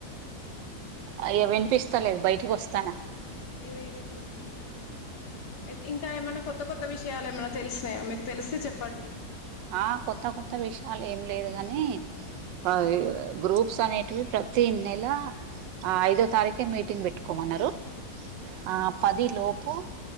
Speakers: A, on the right; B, on the left.
A: అయ వినిపిస్తా లేదు బయటికి వస్తానా
B: అయ్యో ఈ రూమ్ లో సిగ్నల్ ఉంటలేదు అయితే ఇంకా ఏమైన్నా కొత్త కొత్త విషయాలు ఏమైన్నా తెలిసినాయా మీకు తెలిస్తే చెప్పండి అంటున్నా
A: ఆ కొత్త కొత్త విషయాలు ఏం లేదు గాని అవి గ్రూప్స్ అనేటివి ప్రతి నెల ఐదో తారీఖే మీటింగ్ పెట్టుకోమన్నరు
B: ఉ
A: ఆ పది లోపు